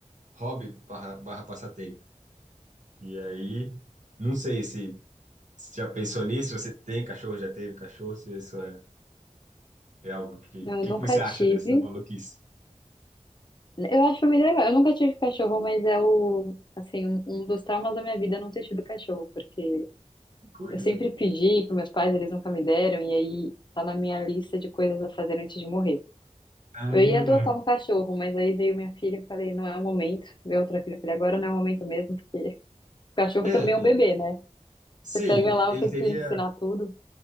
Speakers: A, on the right (about 80°); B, on the left (about 40°).
A: hobby barra, barra passatempo. E aí, não sei se, se já pensou nisso, se você tem cachorro, já teve cachorro, se isso é, é algo que,
B: Não,
A: que
B: eu nunca
A: que você acha
B: tive.
A: dessa maluquice?
B: Eu acho muito legal. Eu nunca tive cachorro, mas é o, assim, um, um dos traumas da minha vida é não ter tido cachorro, porque
A: Que coisa.
B: eu sempre pedi para meus pais, eles nunca me deram, e aí tá na minha lista de coisas a fazer antes de morrer.
A: Ah,
B: Eu ia adotar um cachorro, mas aí veio minha filha e falei, não é o momento. Veio outra filha e falei, agora não é o momento mesmo, porque o cachorro
A: é,
B: também é um bebê, né?
A: sim,
B: Você pega lá,
A: ele
B: tem
A: teria.
B: que ensinar tudo.